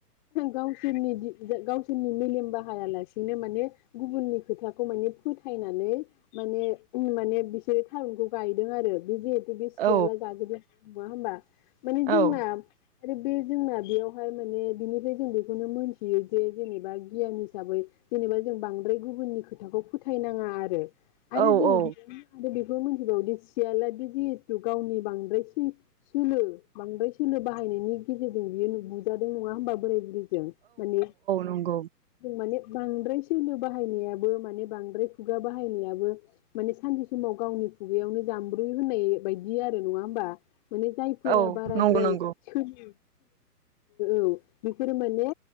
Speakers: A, on the left; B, on the right.
A: गावसोरनि दि गावसोर मेलेम बाहाया लासेनो माने गुबुननि खोथाखौ माने फोथायनानै माने माने बिसोरो थारुनखौ गायदों आरो बे बे सियाला
B: औ
A: जाजोबो नङा होमबा? माने जोंना
B: औ
A: आरो बे जोंना बेयावहाय माने बिनिफ्राय जों बेखौनो मोनथियो दि जेनेबा गियान हिसाबै जेनेबा जों बांद्राय गुबुननि खोथाखौ फोथायनाङा आरो आरो
B: औ
A: जों
B: औ
A: बेखौ मिथिबावोदि सियालादि जिहेथु गावनि बांद्राय सोलो बांद्राय सोलो बाहायनायनि गेजेरजों बियो बुजादों नङा होमबा बोराय बुरै जों माने
B: नंगौ
A: जों माने बांद्राय सोलो बाहायनायाबो माने बांद्राय खुगा बाहायनायाबो माने सानसे समाव गावनि खुगायावनो जाम्ब्रयो होननाय बायदि आरो नङा होमबा? माने जायफोरा
B: औ
A: बाराद्राय
B: नंगौ नंगौ
A: सोलि औ बिसोरो माने